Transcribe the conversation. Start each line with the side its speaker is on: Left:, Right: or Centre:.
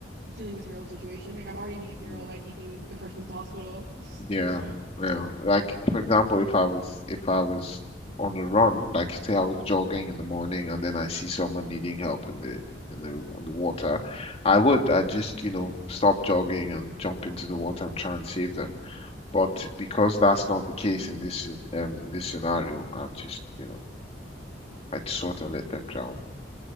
Right: dealing with your own situation. Like, I'm already being a hero
Left: Mm.
Right: by taking the person to the hospital. <laughs>
Left: Yeah,
Right: So,
Left: yeah. Like for example, if I was if I was on a run, like say I was jogging in the morning and then I see someone needing help in the in the in the water, I would I just, you know, stop jogging and jump into the water and try and save them. But because that's not the case in this um this scenario, I just, you know, I just sort of let
Right: Mhm.
Left: them drown.